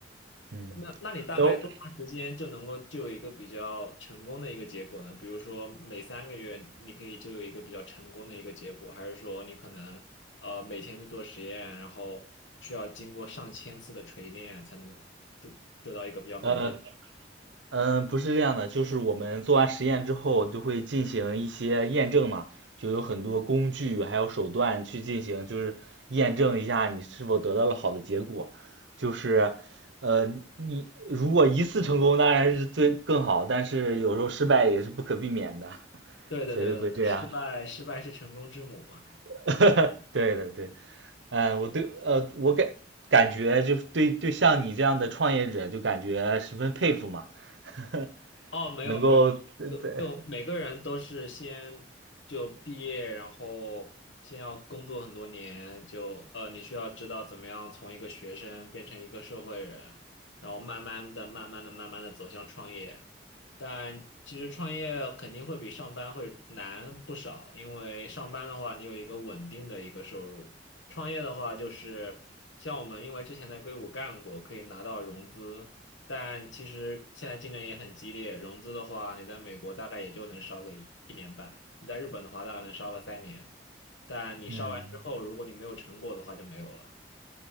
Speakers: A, on the right (about 80°); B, on the left (about 90°).
A: 嗯，
B: 那那你大概多长时间就能够就有一个比较成功的一个结果呢？
A: 都
B: 比如说每三个月你可以就有一个比较成功的一个结果，还是说你可能呃每天去做实验，然后需要经过上千次的锤炼才能得得到一个比较满意的？
A: 呃，嗯，呃不是这样的，就是我们做完实验之后，就会进行一些验证嘛，就有很多工具还有手段去进行，就是验证一下你是否得到了好的结果。就是，呃，你如果一次成功，当然是最更好，但是有时候失败也是不可避免的，
B: 对对对对对，
A: 所以会这样。
B: 失败失败是成功之母嘛。
A: <laughs> 对的，对，嗯，我对，呃，我感感觉就是对对像你这样的创业者，就感觉十分佩服嘛。<laughs>
B: 哦，没有没有，
A: 能够对对，
B: 就就每个人都是先就毕业，然后先要工作很多年，就呃，你需要知道怎么样从一个学生变成一个社会人，然后慢慢的、慢慢的、慢慢的走向创业。但其实创业肯定会比上班会难不少，因为上班的话你有一个稳定的一个收入，创业的话就是像我们因为之前在硅谷干过，可以拿到融资。但其实现在竞争也很激烈，融资的话，你在美国大概也就能烧个一一年半，你在日本的话大概能烧个三年，但你烧完之后，
A: 嗯
B: 如果你没有成果的话就没有了。